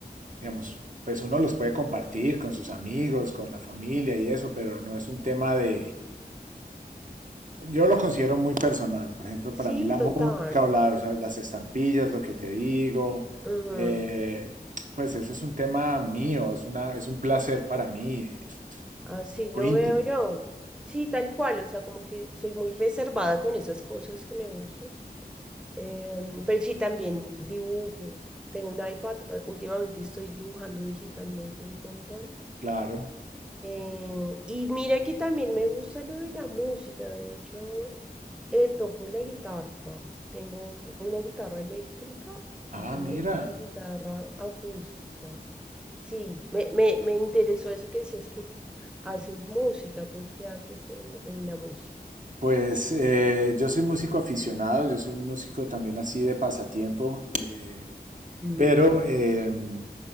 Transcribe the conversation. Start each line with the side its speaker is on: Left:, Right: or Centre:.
Right: digamos, pues uno los puede compartir con sus amigos, con la familia y eso, pero no es un tema de, Yo lo considero muy personal. Por ejemplo,
Centre: Sí,
Right: para mí la
Centre: total.
Right: música o, la- o sea, las estampillas, lo que te digo,
Centre: Ujú.
Right: eh, pues eso es un tema mío, es una, es un placer para mí, eh,
Centre: Así
Right: es algo
Centre: lo
Right: íntimo,
Centre: veo yo. Sí, tal cual, o sea, como que soy muy reservada con esas cosas que me gustan. Eh, mm, pero sí, también dibujo. Tengo un iPad, eh, últimamente estoy dibujando digitalmente un montón.
Right: claro.
Centre: Eh, y mira que también me gusta lo de la música, de hecho, eh, toco la guitarra. Tengo una guitarra eléctrica
Right: Ah,
Centre: y tengo
Right: mira.
Centre: una guitarra acústica. Sí, me, me, me interesó eso que decías que haces música, tú qué haces en, en la música.
Right: Pues eh, yo soy músico aficionado, yo soy un músico también así de pasatiempo, de-
Centre: Mm,
Right: pero em,